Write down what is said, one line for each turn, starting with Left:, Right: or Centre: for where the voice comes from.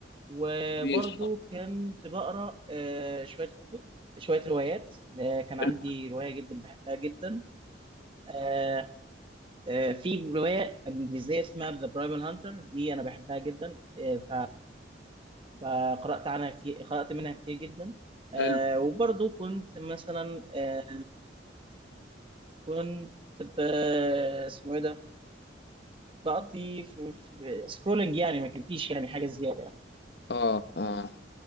Right: وبرضو
Left: جميل
Right: كنت بقرا آه، شويه كتب شويه روايات آه، كان عندي
Left: حلو
Right: روايه جدا بحبها جدا آه، آه، في روايه انجليزيه اسمها ذا برايمال هانتر دي انا بحبها جدا آه، فقرات عنها كتير قرات منها كتير جدا آه،
Left: حلو
Right: وبرضو كنت مثلا آه، كنت ب- اسمه ايه ده بقضي في سكرولنج يعني ما كان فيش يعني حاجه زياده يعني.
Left: اه اه